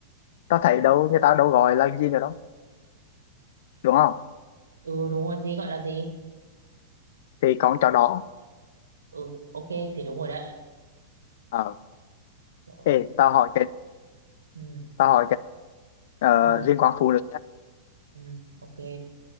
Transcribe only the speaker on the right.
Ừ, đúng rồi, gì gọi là gì?
Ừ, ok, thì đúng rồi đấy.
Rồi.
Ừ,
ừ,
ừ, ok.